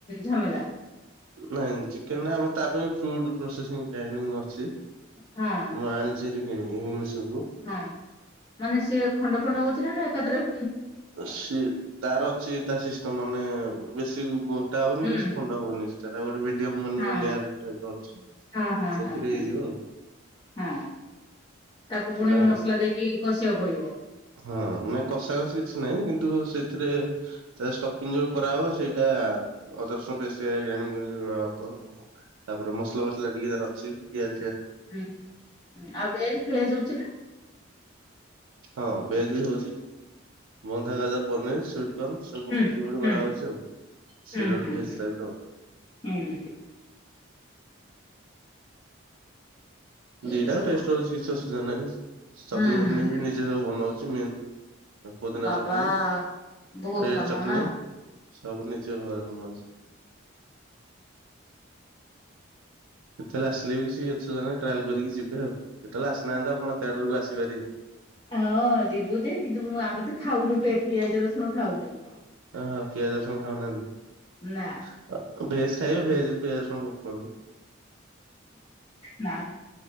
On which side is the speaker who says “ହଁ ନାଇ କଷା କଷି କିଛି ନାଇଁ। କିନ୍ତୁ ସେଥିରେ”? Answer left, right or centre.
Right